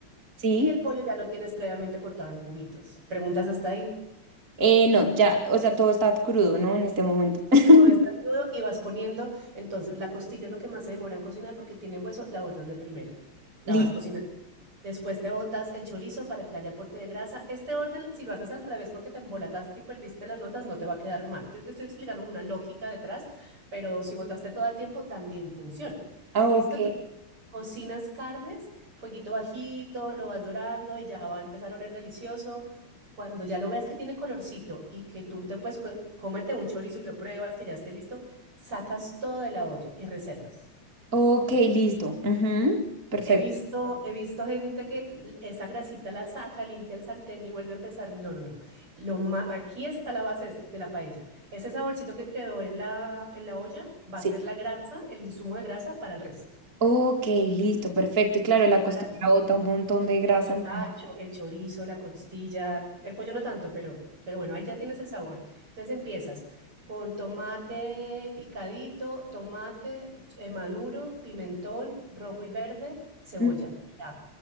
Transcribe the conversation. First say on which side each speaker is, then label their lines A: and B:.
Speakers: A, on the right; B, on the right.
A: sí.
B: Y el pollo ya lo tienes previamente cortado en cubitos. Preguntas hasta ahí.
A: Eh, no, ya, o sea, todo está crudo, ¿no? En este momento. <laughs>
B: Todo está crudo y vas poniendo. Entonces, la costilla es lo que más se demora en cocinar porque tiene hueso, la botas de primera. La
A: Listo.
B: vas cocinando. Después te botas el chorizo para que haya aporte de grasa. Este orden, si lo haces al revés porque te embolataste y perdiste las notas, no te va a quedar mal. Yo te estoy explicando una lógica detrás, pero si botaste todo el tiempo, también funciona.
A: Ok,
B: ¿Listo? Entonces, cocinas carnes, fueguito bajito, lo vas dorando y ya va a empezar a oler delicioso. Cuando ya lo veas que tiene colorcito y que tú te puedes, co- cómete un chorizo y lo pruebas, que ya esté listo, sacas todo de la olla y reservas.
A: ok, listo. Ujú, Perfecto,
B: He visto, he visto gente que l- esa grasita la saca, limpia el sartén y vuelve a empezar. No, no, no. Lo ma- aquí está la base es- de la paella. Ese saborcito que quedó en la, en la olla va
A: sí.
B: a ser la grasa, el insumo de grasa para el resto.
A: Ok, listo, perfecto. Y claro, la costilla
B: Para
A: bota un montón de grasa.
B: el
A: entonces-
B: tacho, el chorizo, la costilla, el pollo no tanto, pero, pero bueno, ahí ya tienes el sabor. Entonces empiezas con tomate picadito, tomate eh, maduro, pimentón rojo y verde, cebolla
A: Ujú.
B: y ajo.